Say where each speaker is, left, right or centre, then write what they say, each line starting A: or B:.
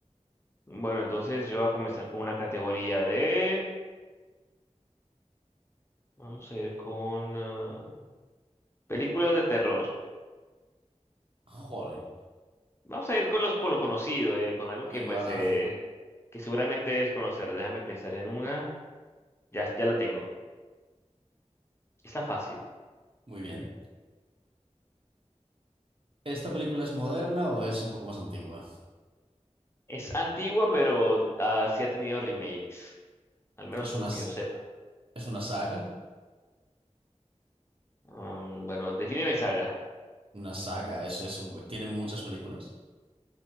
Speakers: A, on the left (about 20°); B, on the right (about 50°).
A: Bueno, entonces yo voy a comenzar con una categoría de... Vamos a ir con ah, películas de terror.
B: Jolín.
A: Vamos a ir con los, con lo conocido, eh, con algo
B: Venga,
A: que pues
B: va.
A: eh, que seguramente es conocer. Déjame pensar en una. Ya, ya la tengo. Está fácil.
B: Muy bien. ¿Esta película es moderna o es un poco más antigua?
A: Es antigua, pero ah, sí ha tenido remakes. Al menos
B: ¿Es
A: uno
B: una, s-
A: que yo sepa.
B: es una saga?
A: Mm, bueno, defíneme saga.
B: Una saga, es, es un- tiene muchas películas.